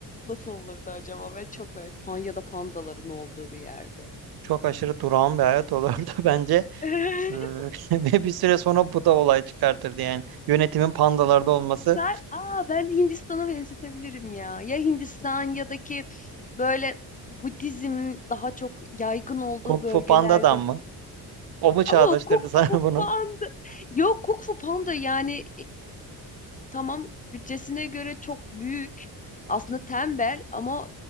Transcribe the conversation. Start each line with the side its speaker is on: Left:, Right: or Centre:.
Left: nasıl olurdu acaba? Ben çok böyle pan ya da pandaların olduğu bir yerde.
Right: <laughs> Çok aşırı durağan bir hayat olurdu <laughs> bence.
Left: <laughs>
Right: Ee, <laughs> Ve bir süre sonra bu da olay çıkartırdı yani. Yönetimin pandalarda olması.
Left: Sen, aa ben Hindistan'a benzetebilirim ya. Ya Hindistan ya da ki böyle Budizmin daha çok yaygın olduğu
Right: Kung
Left: bölgelerde.
Right: Fu Panda'dan mı? O mu çağrıştırdı
Left: Ama o Kung
Right: <laughs> sana
Left: Fu
Right: bunu?
Left: Panda. Yok Kung Fu Panda yani tamam bütçesine göre çok büyük aslında tembel ama